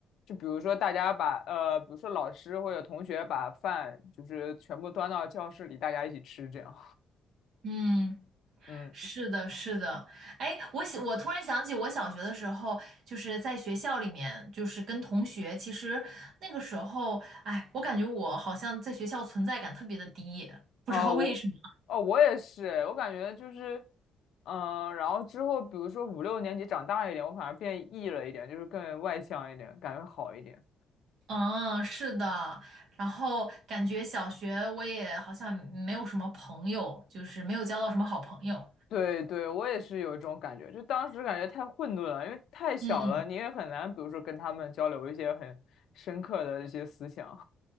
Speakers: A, on the left; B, on the right.
A: 就比如说大家把呃，比如说老师或者同学把饭就是全部端到教室里，大家一起吃这样，
B: 嗯，
A: <laughs> 嗯。
B: 是的，是的。哎，我想，我突然想起我小学的时候，就是在学校里面，就是跟同学，其实那个时候，哎，我感觉我好像在学校存在感特别的低，不知道为什么。
A: 啊，我，哦，我也是，我感觉就是，嗯、然后之后，比如说五六年级长大一点，我反而变 E 了一点，就是更外向一点，感觉好一点。
B: 嗯，是的，然后感觉小学我也好像没有什么朋友，就是没有交到什么好朋友。
A: 对对，我也是有一种感觉，就当时感觉太混沌了，因为太小了，
B: 嗯，
A: 你也很难，比如说跟他们交流一些很深刻的一些思想。